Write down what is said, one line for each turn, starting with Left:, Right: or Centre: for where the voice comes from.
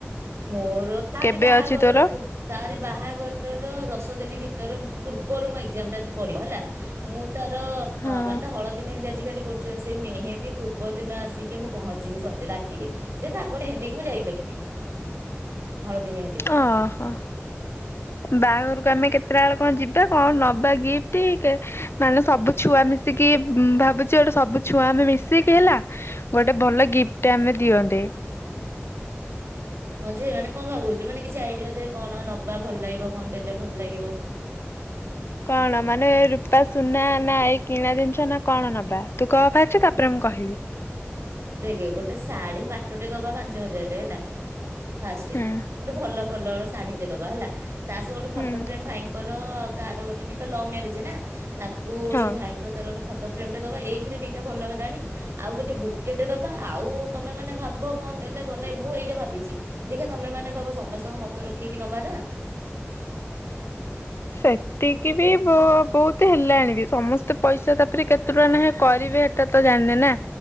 Right: ମୋର ତାରି
Left: କେବେ
Right: ବାହାଘର
Left: ଅଛି ତୋର
Right: ପୂ ତାରି। ବାହାଘରର ର ଦଶ ଦିନ ଭିତରେ ପୂର୍ବରୁ ମ ଏକ୍ଜାମ ଆସି ପଡିବ ହେଲା ମୁଁ। ତାର ଅ
Left: ହଁ
Right: ମାନେ ତା ହଳଦୀ ମେହେନ୍ଦି ଆଜି। ଆଜିକାଲି କରୁଛନ୍ତି ସେ ମେହେନ୍ଦୀ ପୂର୍ବ ଦିନ ଆସିକି ମୁଁ ପହଞ୍ଚିବି ସନ୍ଧ୍ୟା ରାତିରେ ଯେ ତାପରେ ମେହେନ୍ଦିକି ମୁଁ ଯାଇପାରିବି। ହଳଦୀ ମେହେନ୍ଦୀ କୁ।
Left: ଓହୋ ବାହାଘରକୁ। ଆମେ କେତେଟା ବେଳ କଣ ଯିବା କଣ ନବା ଗିଫ୍ଟ ମାନେ ସବୁ ଛୁଆ ମିଶିକି ଭାବୁଛି ଗୋଟେ ସବୁ ଛୁଆ ଆମେ ମିଶିକି ହେଲା ଗୋଟେ ଭଲ ଗିଫ୍ଟ ଆମେ ଦିଅନ୍ତେ।
Right: ହଁ ଯେ ମାନେ କଣ ଭାବୁଛୁ ମାନେ କିଛି ଆଇଡିଆ ଦେ କଣ ନବା ଭଲ ଲାଗିବ କଣ ଦେଲେ ଭଲ ଲାଗିବ।
Left: କଣ ମାନେ ରୂପା ସୁନା ନା ଏଇ କିଣା ଜିନିଷ ନା କଣ ନବା ତୁ କ ଫାଷ୍ଟ ତାପରେ ମୁଁ କହିବି।
Right: ଦେଖେ ଗୋଟେ ଶାଢୀ ପାଟଟେ ଦବା ପାଞ୍ଚ ହଜାରରେ ହେଲା। ଫାଷ୍ଟେ
Left: ହୁଁ।
Right: ଗୋଟେ ଭଲ କଲର ଶା ଶାଢୀ ଟେ ଦବା ହେଲା। ତା ସହ ଗୋଟେ ଫଟୋ
Left: ହୁଁ
Right: ଫ୍ରେମ ଭାଇଙ୍କର ଆଉ ତା ତାର ଗୋଟେବି ତ ଲଭ ମ୍ୟାରେଜ ନା ତା କୁ
Left: ହଁ।
Right: ସେ ଭାଇଙ୍କ ତାର ଗୋଟେ ଫଟ ଫ୍ରେମ୍ ଟେ ଦବା ଏଇଥିରେ ଦିଟା ଭଲ ହେଲାଣି ଆଉ ଗୋଟେ ବୁକ କେତେ ଦବା ଆଉ ତମେ ମାନେ ଭାବ କଣ ଦେଲେ ଭଲ ମୁଁ ଏଇଟା ଭାବିଛି ଦେଖ ତମେ ମାନେ ଭାବ ସମସ୍ତଙ୍କୁ ମତ ରଖିକି ନମା ନା
Left: ସେତିକି ବି ବହୁତ ହେଲାଣି ବି ସମସ୍ତେ ପଇସା ତାପରେ କେତେ ଟଙ୍କା ନେଖା କରିବେ ସେଟା ତ ଜାଣିନେ ନା